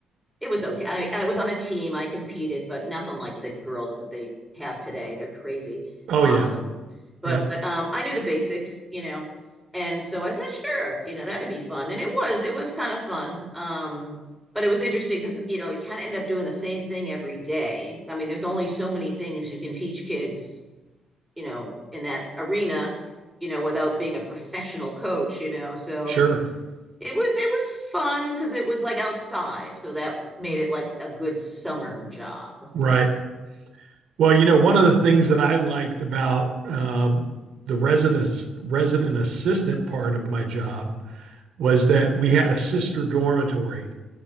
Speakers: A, in the centre; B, on the right.
A: it was okay. I, I was on a team. I competed, but nothing like the girls that they have today. They're crazy,
B: Oh
A: awesome.
B: yeah.
A: But
B: Yep.
A: um, I knew the basics, you know, and so I said, sure, you know, that'd be fun. And it was, it was kind of fun. Um, but it was interesting because you know you kind of end up doing the same thing every day. I mean, there's only so many things you can teach kids, you know, in that arena, you know, without being a professional coach, you know. So
B: Sure.
A: it was it was fun because it was like outside, so that made it like a good summer job.
B: Right. Well, you know, one of the things that I liked about um, the resident resident assistant part of my job was that we had a sister dormitory